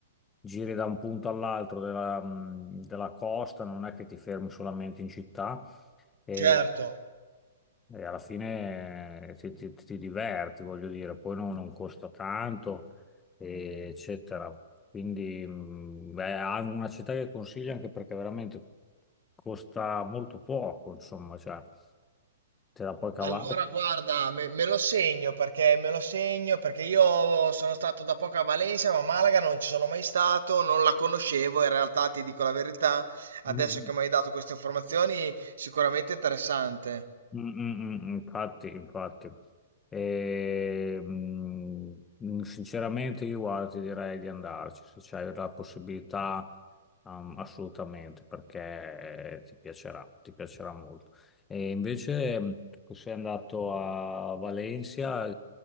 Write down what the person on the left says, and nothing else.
giri da un punto all'altro della, mh, della costa, non è che ti fermi solamente in città e,
e alla fine eh, ti, ti- ti diverti, voglio dire. Poi non, non costa tanto, e- eccetera. Quindi, mh, beh, è una città che consiglio anche perché veramente costa molto poco, insomma, cioè, te la puoi cavare.
Mm-hmm.
Mm, mm, mm, mm, Infatti, infatti, E, mm, sinceramente io guarda, ti direi di andarci se c'hai la possibilità, um, assolutamente, perché eh, ti piacerà, ti piacerà molto. E invece, mm, tu che sei andato a Valencia,